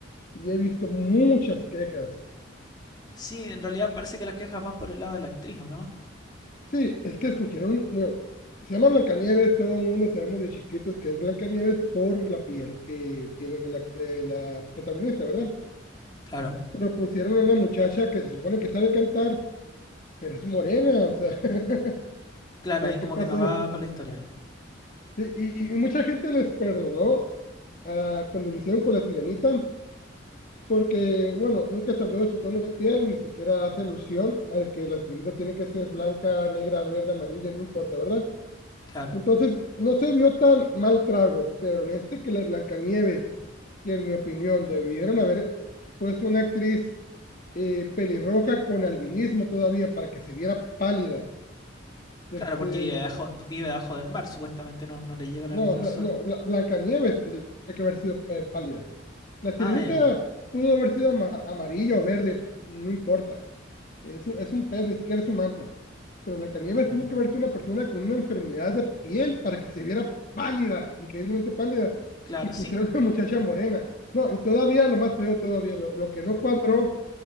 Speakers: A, on the left; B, on the left.
A: y he visto muchas quejas.
B: Sí, en realidad parece que las quejas van por el lado de la actriz, ¿o no?
A: Sí, es que escogieron, bueno, se llama Blancanieves, todo el mundo sabemos de chiquitos que es Blancanieves por la piel que tiene la, eh, la protagonista, ¿verdad?
B: Claro,
A: Pero pusieron a una muchacha que se supone que sabe cantar, pero es morena, o sea, <laughs>
B: claro,
A: ¿qué,
B: ahí
A: qué
B: como
A: pasó?
B: que no va con la historia.
A: Sí, y, y mucha gente les perdonó ah, cuando lo hicieron con la sirenita, porque, bueno, nunca se habló de su tono de piel ni siquiera hace alusión a que la sirenita tiene que ser blanca, negra, verde, amarilla, no importa, ¿verdad?
B: Claro,
A: Entonces, no se vio tan mal trago, pero en este que las Blancanieves, que en mi opinión debieron haber puesto una actriz eh, pelirroja con albinismo todavía para que se viera pálida. Este,
B: claro, porque vive debajo, vive debajo del mar, supuestamente no, no le llega la
A: no,
B: luz del
A: o sea,
B: sol.
A: no, Bla- Blancanieves tendría que haber sido eh, pálida. La sirenita
B: Ah, ya, ya, ya,
A: pudo haber sido ama- amarillo o verde, no importa. Es un, es un pez, ni siquiera es humana. Pero Blancanieves
B: claro,
A: tuvo que verse una persona con una enfermedad de piel para que se viera pálida, increíblemente pálida.
B: claro,
A: Y pusieron
B: sí,
A: a una <laughs> muchacha morena. No, y todavía lo más feo, todavía, lo, lo que no cuadró